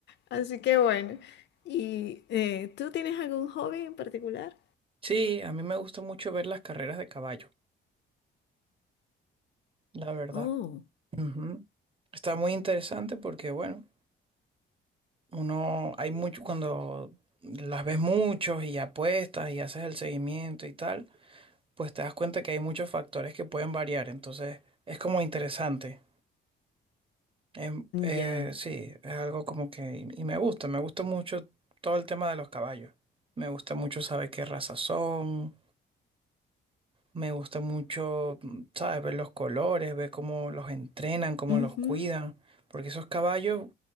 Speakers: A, on the left; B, on the right.
A: así que bueno. ¿Y eh, tú tienes algún hobby en particular?
B: Sí, a mí me gusta mucho ver las carreras de caballo, la verdad.
A: Oh,
B: Ujú. Está muy interesante porque, bueno, Uno, hay mucho, cuando las ves muchos y apuestas y haces el seguimiento y tal, pues te das cuenta que hay muchos factores que pueden variar. Entonces, es como interesante. Em, eh,
A: ya.
B: sí, es algo como que, y me gusta, me gusta mucho todo el tema de los caballos. Me gusta mucho saber qué raza son, Me gusta mucho, mm, ¿sabes? Ver los colores, ver cómo los entrenan, cómo
A: Ujú.
B: los cuidan. Porque esos caballos,